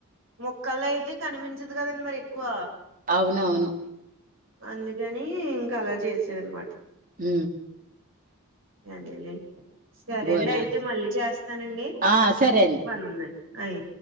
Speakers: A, on the right (about 65°); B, on the right (about 40°).
A: మొక్కల అయితే కనిపించదు కదండి మరి ఎక్కువ
B: అవునవును
A: అందుకని ఇంకా అలా చేసారనమాట
B: ఉ
A: అదేలేండి సరే
B: బోనా
A: అండి అయితే మళ్ళీ చేస్తానండి
B: ఆ సరే అండి
A: పనుందండి అయి